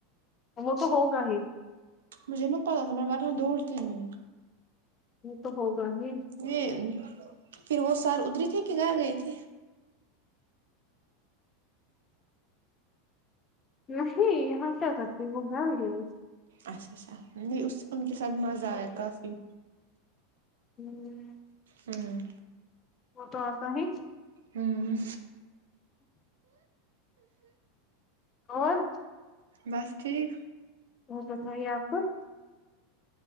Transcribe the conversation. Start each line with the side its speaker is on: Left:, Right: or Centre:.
Left: وہ تو ہوگا ہی
Right: مجھے <unintelligible>
Left: یہ تو ہوگا نہیں
Right: یہ پھر وہ سر ادری تھی کہ گھر گئے تھے
Left: نہیں یہاں کیا کرتی وہ گھر گی
Right: اچھا اچھا نہیں اس ان کے ساتھ مزہ آیا کافی
Left: ہمم
Right: ہمم
Left: <unintelligible>
Right: ہمم
Left: اور
Right: بس ٹھیک
Left: اور بتائیے آپ